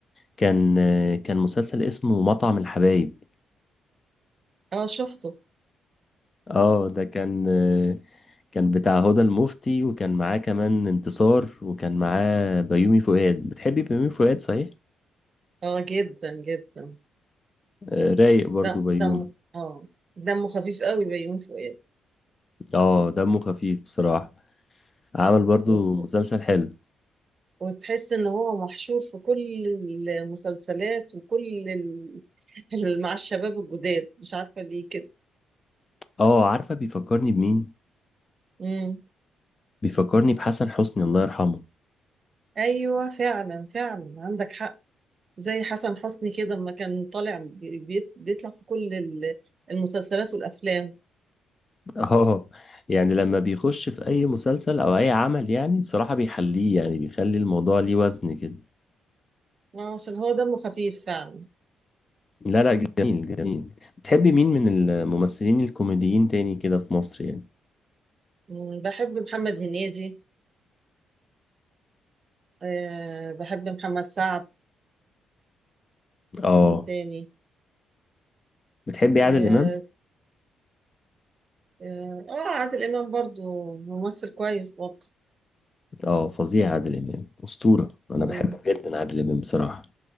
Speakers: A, on the left; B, on the right.
A: كان كان مسلسل اسمه مطعم الحبايب
B: اه شفته
A: اه ده كان كان بتاع هدى المفتي وكان معاه كمان انتصار وكان معاه بيومي فؤاد بتحبي بيومي فؤاد صحيح
B: اه جدا جدا
A: آه، رايق برضو
B: دم
A: بيومي
B: دمه اه دمه خفيف قوي بيومي فؤاد
A: اه دمه خفيف بصراحة عمل برضو
B: وت-
A: مسلسل حلو
B: وتحس ان هو محشور في كل المسلسلات وكل ال... ال- مع الشباب الجداد مش عارفة ليه كده
A: اه عارفة بيفكرني بمين
B: امم
A: بيفكرني بحسن حسني الله يرحمه
B: ايوه فعلا فعلا عندك حق زي حسن حسني كده لما كان طالع بي- بيت- بيطلع في كل ال- المسلسلات والأفلام
A: <laughs> اه يعني لما بيخش في اي مسلسل او اي عمل يعني بصراحة بيحليه يعني بيخلي الموضوع ليه وزن كده
B: آه، عشان هو دمه خفيف فعلا
A: لا لا جميل جميل بتحبي مين من الممثلين الكوميديين تاني كده في مصر يعني
B: مم، بحب محمد هنيدي أه بحب محمد سعد
A: اه
B: مين تاني
A: بتحبي
B: اه,
A: عادل امام
B: آه, آه عادل إمام برضو ممثل كويس برضو
A: اه فظيع عادل امام اسطورة انا
B: مم.
A: بحبه جدا عادل امام بصراحة